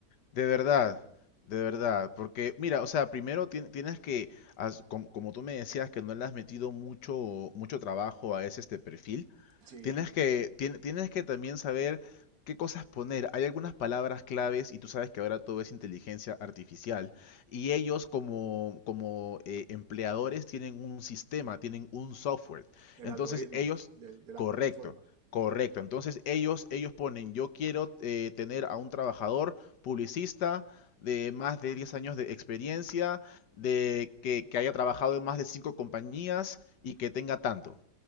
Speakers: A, on the left; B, on the right.
A: De verdad, de verdad, porque mira, o sea, primero tien- tienes que, as- como, como tú me decías, que no le has metido mucho, mucho trabajo a ese este perfil,
B: Sí,
A: Tienes que, tien- tienes que también saber qué cosas poner. Hay algunas palabras claves y tú sabes que ahora todo es inteligencia artificial. Y ellos como, como eh, empleadores tienen un sistema, tienen un software.
B: el
A: Entonces
B: algoritmo
A: ellos,
B: del- de la
A: correcto,
B: plataforma.
A: correcto. Entonces ellos, ellos ponen, yo quiero eh, tener a un trabajador publicista de más de 10 años de experiencia, de que, que haya trabajado en más de 5 compañías y que tenga tanto